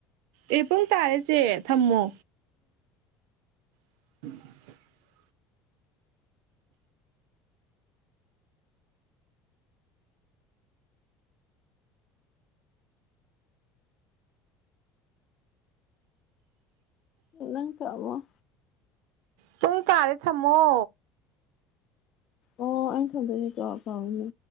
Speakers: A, on the right (about 80°); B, on the left (about 55°).
A: ꯑꯦ ꯄꯨꯡ ꯇꯥꯔꯦ ꯆꯦ ꯊꯝꯃꯣ <inaudible>
B: ꯅꯪ <unintelligible> ꯃꫭ
A: ꯄꯨꯡ ꯇꯥꯔꯦ ꯊꯝꯃꯣ
B: ꯑꯣ ꯑꯩꯅ ꯊꯝꯗꫭꯅꯤꯀꫭ ꯀꯥꯎꯏꯅꯦ